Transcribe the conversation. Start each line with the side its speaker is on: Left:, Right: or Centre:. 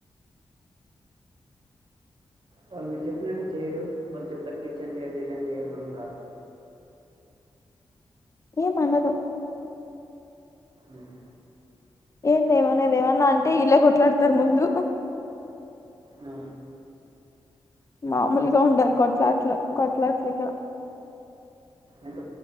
Right: వాళ్ళు మీరు చెప్పినట్టు చేయరు కొంచెం తగ్గించండి అది ఇదంటే ఏమంటరా
Left: ఏ మనరు
Right: ఉమ్.
Left: ఏం లేేమన్నా లేేమన్నా అంటే ఇల్లే కొట్లాడతారు ముందు
Right: ఆ,
Left: మామూలుగా ఉండారు కొట్లాట్లు కొట్లాట్లు ఇక్కడ
Right: ఎంత